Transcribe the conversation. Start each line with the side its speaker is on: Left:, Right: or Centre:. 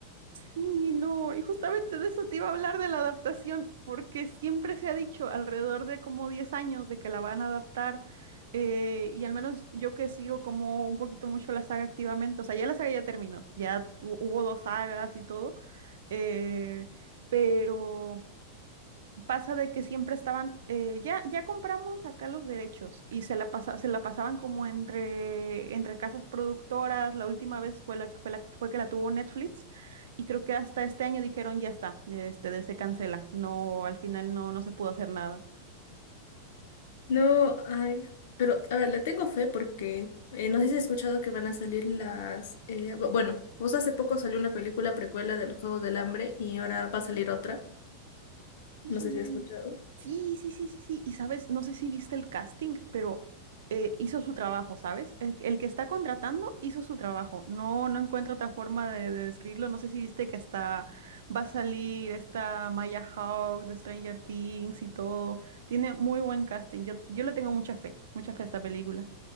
Right: Sí, no, y justamente de eso te iba a hablar de la adaptación, porque siempre se ha dicho alrededor de como 10 años de que la van a adaptar, eh, y al menos yo que sigo como un poquito mucho la saga activamente, o sea, ya la saga ya terminó, ya hu- hubo dos sagas y todo, eh, pero pasa de que siempre estaban, eh, ya, ya compramos acá los derechos y se la pasa, se la pasaban como entre, entre casas productoras. La última vez fue la, fue la, fue que la tuvo Netflix y creo que hasta este año dijeron ya está, este, de- se cancela. No, al final no, no se pudo hacer nada.
Left: No, ay, pero a ver, le tengo fe porque eh, no sé si has escuchado que van a salir las... eh, bu- bueno, pues hace poco salió una película precuela de los Juegos del Hambre y ahora va a salir otra.
Right: Y
Left: No sé si has escuchado.
Right: sí, sí, sí, sí, sí. Y sabes, no sé si viste el casting, pero eh, hizo su trabajo, ¿sabes? El, el que está contratando hizo su trabajo. No, no encuentro otra forma de, de describirlo. No sé si viste que hasta va a salir esta Maya Hawke de Stranger Things y todo. Tiene muy buen casting. Yo, yo le tengo mucha fe, mucha fe a esta película.